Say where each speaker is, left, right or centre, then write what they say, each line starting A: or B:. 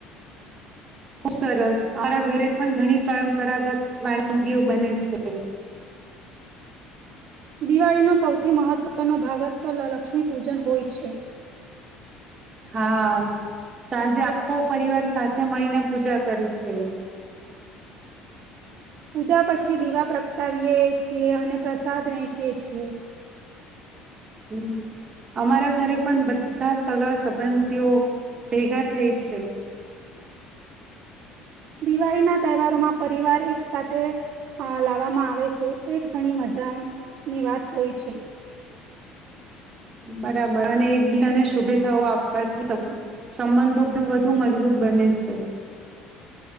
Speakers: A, on the right; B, on the right.
A: ખુબ સરસ. મારા ઘરે પણ ઘણી પરંપરાગત વાનગીઓ બને છે.
B: દિવાળીનો સૌથી મહત્વનો ભાગ જ તો લ લક્ષ્મી પૂજન હોય છે.
A: હા સાંજે આખો પરિવાર સાથે મળીને પૂજા કરે છે.
B: પૂજા પછી દીવા પ્રગટાવી એ છીએ અને પ્રસાદ વેહચીએ છીએ.
A: હમ અમારા ઘરે પણ બધા સગા સંબંધીઓ ભેગા થઈ છે.
B: દિવાળીના તહેવારોમાં પરિવાર એક સાથે અ લાવામાં આવે છે. એજ ઘણી મજાની વાત હોય છે.
A: બરાબર અને એકબીજાને શુભેચ્છાઓ આપવાથી સબ સંબંધો પણ વધુ મજબૂત બને છે.